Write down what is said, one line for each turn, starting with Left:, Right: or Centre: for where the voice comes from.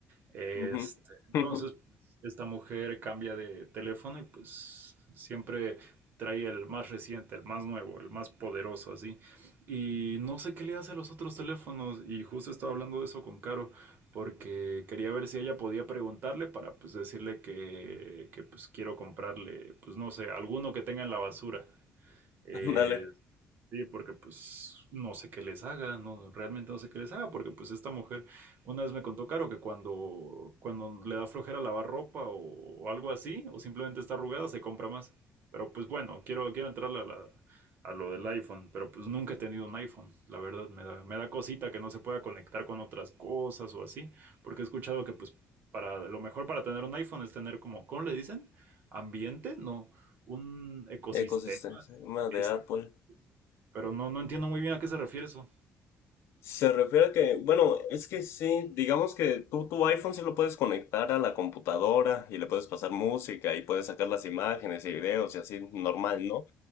Right: Este,
Left: ujú.
Right: entonces,
Left: <laughs>
Right: pues, esta mujer cambia de teléfono y pues siempre trae el más reciente, el más nuevo, el más poderoso, así. Y no sé qué le hace a los otros teléfonos y justo estaba hablando de eso con Caro porque quería ver si ella podía preguntarle para pues decirle que, que pues quiero comprarle, pues no sé, alguno que tenga en la basura. Eh,
Left: Ándale.
Right: Sí, porque pues no sé qué les haga, no, realmente no sé qué les haga, porque pues esta mujer una vez me contó Caro que cuando, cuando le da flojera lavar ropa o, o algo así, o simplemente está arrugada, se compra más. Pero pues bueno, quiero, quiero entrarle a, la- a lo del iPhone, pero pues nunca he tenido un iPhone, la verdad, me da, me da cosita que no se pueda conectar con otras cosas o así, porque he escuchado que pues para lo mejor para tener un iPhone es tener como, ¿cómo le dicen? Ambiente, no, un ecosistema.
Left: Ecosistema de
Right: Exacto.
Left: Apple.
Right: Pero no, no entiendo muy bien a qué se refiere eso.
Left: Se refiere a que, bueno, es que sí, digamos que tú tu iPhone sí lo puedes conectar a la computadora y le puedes pasar música y puedes sacar las imágenes y videos y así normal, ¿no?